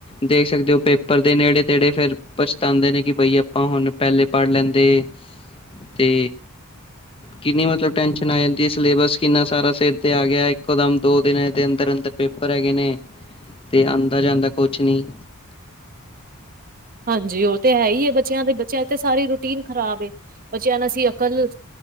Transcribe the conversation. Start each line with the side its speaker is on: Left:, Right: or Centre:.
Left: ਦੇਖ ਸਕਦੇ ਹੋ ਪੇਪਰ ਦੇ ਨੇੜੇ ਤੇੜੇ ਫੇਰ ਪਛਤਾਉਂਦੇ ਨੇ ਕਿ ਬਈ ਆਪਾਂ ਹੁਣ ਪਹਿਲੇ ਪੜ੍ਹ ਲੈਂਦੇ ਤੇ
Right: <inaudible>
Left: ਕਿੰਨੀ ਮਤਲਬ ਟੈਨਸ਼ਨ ਆ ਜਾਂਦੀ ਸਿਲੇਬਸ ਕਿੰਨਾ ਸਾਰਾ ਸਿਰ ਤੇ ਆ ਗਿਆ ਇਕੋ ਦਮ ਦੋ ਦਿਨ ਦੇ ਅੰਦਰ ਅੰਦਰ ਪੇਪਰ ਹੈਗੇ ਨੇ ਤੇ ਆਉਂਦਾ ਜਾਂਦਾ ਕੁਛ ਨੀ
Right: ਹਾਂਜੀ ਉਹ ਤੇ ਹੈ ਹੀ ਬੱਚਿਆਂ ਦੇ ਬੱਚਿਆਂ ਤੇ ਸਾਰੀ ਰੂਟੀਨ ਖ਼ਰਾਬ ਬੱਚਿਆਂ ਨੂੰ ਅਸੀਂ ਅਕਲ